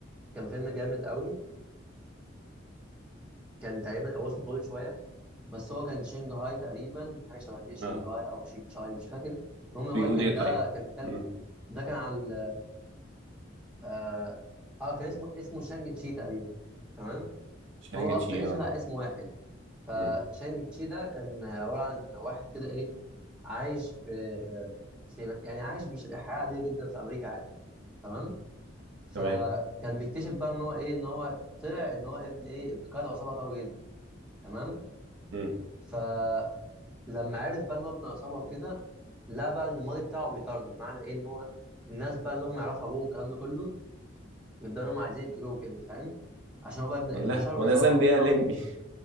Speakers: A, in the centre; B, on the right.
A: كان فيلم جامد قوي كان تقريبا او اسمه طويل شويه بس هو كان شنغهاي تقريبا حاجه شبه كده شنغهاي
B: اه
A: او شنغهاي مش فاكر المهم هو
B: بيقول
A: كان
B: ايه
A: ده
B: طيب
A: كان بيتكلم
B: مم.
A: ده كان على ال- اه آه، كان اسمه اسمه شانج تشي تقريبا تمام
B: شانج
A: هو اصلا
B: تشي
A: اسم
B: اه
A: على اسم واحد فتشانج
B: مم.
A: تشي ده كان عبارة عن واحد كده إيه عايش في في يعني عايش بش- حياة عادية جدا في أمريكا عادي تمام فكان
B: تمام
A: بيكتشف بقى إن هو إيه إن هو طلع إن هو ابن إيه ابن قائد عصابة قوي جدا تمام
B: مم.
A: فلما عرف بقى إن هو ابن عصابة وكده لا بقى إن الماضي بتاعه بيطارده بمعنى إيه إن هو الناس بقى اللي هم يعرفوا أبوه والكلام ده كله بيبدأوا إن هم عايزين يقتلوه كده فاهم عشان هو بقى ابن ابن
B: والله
A: صاحب
B: وانا
A: العصابة
B: ذنبي
A: وبتاع
B: ايه يا لمبي <laughs>